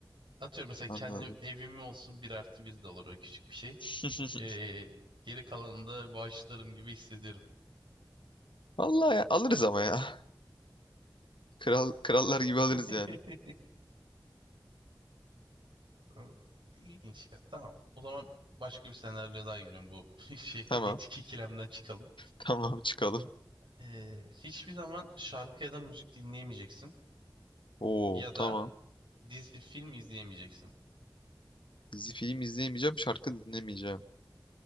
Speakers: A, on the right; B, on the left.
A: Atıyorum mesela kendi
B: Anladım.
A: evimi olsun bir artı bir de olur o küçük bir şey.
B: <laughs>
A: E, geri kalanını da bağışlarım gibi hissediyorum.
B: Vallahi ya, alırız ama ya. Kral, krallar gibi
A: <laughs>
B: alırız yani.
A: Ee, İlginç. Tamam. O zaman başka bir senaryo daha giriyorum bu <laughs> şey
B: Tamam.
A: etik ikilemden çıkalım.
B: Tamam çıkalım.
A: Ee, hiçbir zaman şarkı ya da müzik dinleyemeyeceksin.
B: Oo
A: Ya da
B: tamam.
A: dizi film izleyemeyeceksin.
B: Dizi film izleyemeyeceğim, şarkı dinlemeyeceğim.